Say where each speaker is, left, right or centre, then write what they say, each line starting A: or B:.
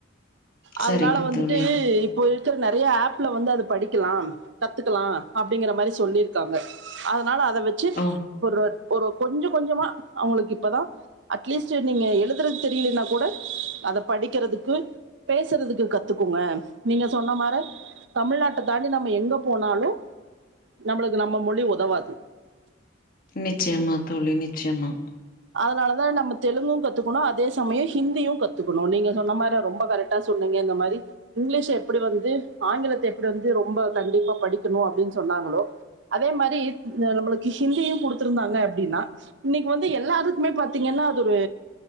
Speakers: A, on the right (about 65°); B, on the left (about 45°).
A: அதானால
B: சரிங்க
A: வந்துட்டு
B: தோழி.
A: இப்ப இருக்குற நெறைய ஆப்லா வந்து அது படிக்காலா கத்துக்காலா அப்டிங்கற மாரி சொல்லிருக்காங்க இதானால அதாவச்சி
B: ஓ!
A: போற ஒரு கொஞ்ச கொஞ்சமா அவங்களுக்கு இப்பாதா அட்லீஸ்ட் நீங்க எழுதுறது சாரியில்லனா கூட அத படிக்கறத்துக்கு பேசறத்துக்கு கத்துக்கோங்க நீங்க சொன்ன மாரா தமிழ் நாட்டுதாண்டி நம்ப எங்க போனலு நம்பாளுக்கு நம்ம மொழி உதாவது
B: நிச்சயமா தோழி நிச்சயமா
A: அதனாலதா நம்ப தெலுங்கு கத்துக்கனு அதே சமயோ ஹந்தியு கத்துக்கனு நீங்க சொன்ன மாரி ரெம்பா கரெக் ட்டா சொன்னிங்க இந்த மாரி இங்கிலீஷ் எப்டி வந்து ஆங்கிலத்த எப்டி வந்து ரொம்ப கண்டிப்பா படிக்கனு அப்டின் சொன்னாங்களோ அதே மாரி இந்த நம்மளுக்கு ஹிந்தியு குடுத்துருந்தாங்க அப்டின்னா இன்னிக்கு வந்து எல்லாருக்குமே பாத்தீங்கன்னா அது ஒரு